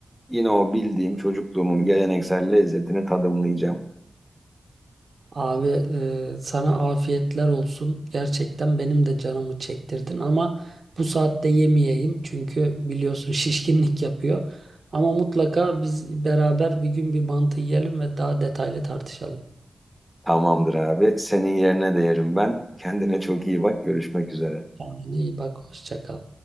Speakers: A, in the centre; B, on the right.
A: Yine o bildiğim çocukluğumun geleneksel lezzetini tadımlayacağım.
B: Abi e, sana afiyetler olsun. Gerçekten benim de canımı çektirdin ama bu saatte yemeyeyim çünkü biliyorsun <laughs> şişkinlik yapıyor. Ama mutlaka biz beraber bir gün bir mantı yiyelim ve daha detaylı tartışalım.
A: Tamamdır abi. Senin yerine de yerim ben. Kendine çok iyi bak. Görüşmek üzere.
B: Kendine iyi bak, hoşça kal.